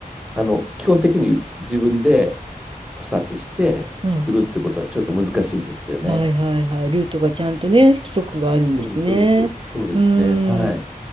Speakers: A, in the centre; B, on the right.
A: あの、基本的に自分で屠殺して売るってことはちょっと難しいんですよね。
B: うん。はいはいはい。ルートがちゃんとね、規則があるんですね。
A: そうです、そうです。そうですね。
B: うー
A: はい。
B: ん。